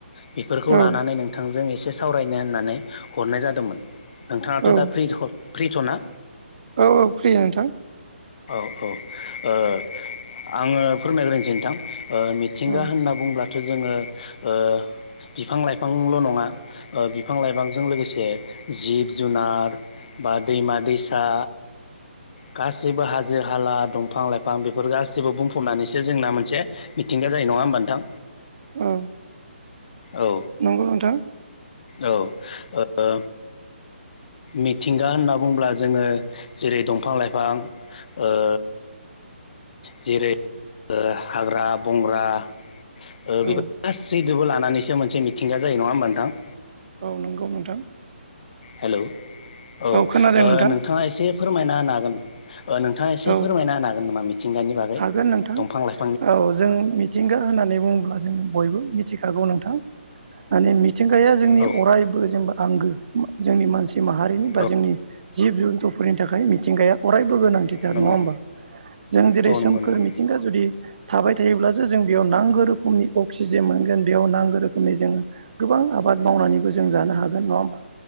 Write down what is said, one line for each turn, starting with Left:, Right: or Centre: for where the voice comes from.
Left: बेफोरखौ
Right: औ
Left: लानानै नोंथांजों एसे एसे सावरायनो होननानै हरनाय जादोंमोन नोंथाङाथ'
Right: औ
Left: दा फ्रि फ्रिथ'ना
Right: औ औ फ्रि नोंथां।
Left: औ औ ओ आङो फोरमायग्रोनसै नोंथां। ओ मिथिंगा
Right: औ
Left: होनना बुंब्लाथ' जोङो ओ बिफां लाइफांल' नङा ओ बिफां लाइफांजों लोगोसे जिब जुनार बा दैमा दैसा गासैबो हाजो हाला दंफां लाइफां बेफोर गासैबो बुंफबनानैसो जोंना मोनसे मिथिंगा जायो नङा होमबा नोंथां?
Right: औ
Left: औ
Right: नंगौ नोंथां
Left: ओ औ ओ मिथिंगा होनना बुंङोब्ला जोङो जेरै दं फां लाइफां ओ जेरै हाग्रा बंग्रा ओ
Right: औ
Left: बेफोर गासै खौबो लानानैसो मोनसे मिथिंगा जायो नङा होमबा नोंथां?
Right: औ नंगौ नोंथां।
Left: हेल' औ
Right: औ खोनादों
Left: ओ
Right: नोंथां
Left: नोंथाङा एसे फोरमायना होनो हागोन। ओ नोंथाङा एसे
Right: औ
Left: फोरमायना होनो हागोन नामा मिथिंगानि बागै
Right: हागोन नोंथां
Left: दंफां लाइ
Right: औ जों मिथिंगा होननानै बुङोब्ला जोङो बयबो मिथिखागौ नों थां माने मिथिंगाया जोंनि
Left: औ
Right: अरायबो जेनेबा आंगो जोंनि मानसि माहारिनि बा
Left: औ
Right: जोंनि जिब जुन्थुफोरनि थाखाय मिथिंगाया अरायबो गोनां। नङा
Left: नंगौ
Right: होमबा जों जेरै
Left: औ
Right: सोमखोर
Left: नंगौ नंगौ
Right: मिथिंगा जुदि थाबाय थायोब्लासो जों बेयाव नांगौ रोखोमनि अक्सिजेन मोनगोन बेयाव नांगौ रोखोमनि जोङो गोबां आबाद आबाद मावनानैबो जों जानो हागोन नङा होमबा?